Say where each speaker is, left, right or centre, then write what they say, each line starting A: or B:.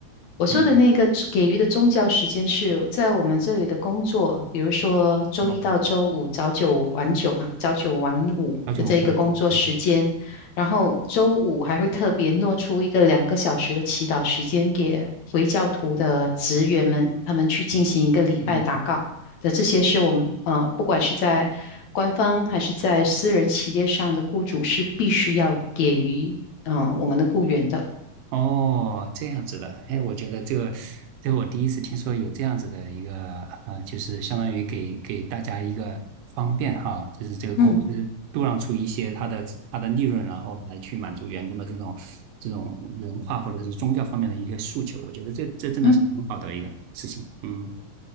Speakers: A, on the left; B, on the right.
A: 我说的那个给予的宗教时间是在我们这里的工作，
B: 嗯，
A: 比如说周一到周五早九晚九嘛，
B: 哦，
A: 早九晚五的这个工作时间。
B: 而且我嗯对，
A: 然后周五还会特别挪出一个两个小时的祈祷时间给回教徒的职员们，他们去进行一个礼拜祷告。
B: 嗯
A: 的这些是我们呃，不管是在官方还是在私人企业上的雇主是必须要给予嗯、呃我们的雇员的。
B: 哦，这样子的，哎，我觉得这个，这个我第一次听说有这样子的一个，呃，就是相当于给给大家一个方便哈，就是这个公司度让出一些它的它的利润，
A: 嗯
B: 然后来去满足员工的这种这种文化或者是宗教方面的一些诉求，我觉得这这真的是很好的一个事情，
A: 嗯，
B: 嗯。